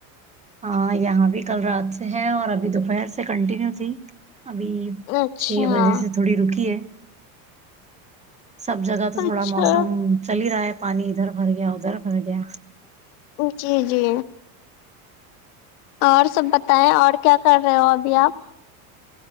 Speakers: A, on the right (about 15°); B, on the left (about 70°).
A: ہاں یہاں بھی کل رات سے ہے اور ابھی دوپہر سے کنٹینیو تھی ابھی
B: اچھا
A: چھ بجے سے تھوڑی رکی ہے سب جگہ تو
B: اچھا
A: تھوڑا موسم چل ہی رہا ہے پانی ادھر بھر گیا ادھر بھر گیا
B: جی جی اور سب بتائے اور کیا کر رہے ہو ابھی آپ